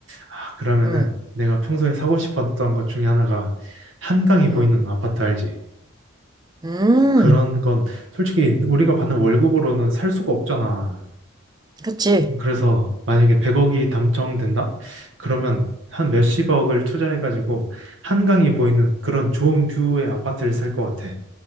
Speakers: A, on the right; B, on the right.
A: 아, 그러면은
B: 응,
A: 내가 평소에 사고 싶었던 것 중에 하나가 한강이
B: 응.
A: 보이는 아파트 알지?
B: 음,
A: 그런 건 솔직히 우리가 받는 월급으로는 살 수가 없잖아.
B: 그치.
A: 그래서 만약에 100억이 당첨된다? 그러면 한 몇십억을 투자해가지고 한강이 보이는 그런 좋은 뷰의 아파트를 살 것 같아.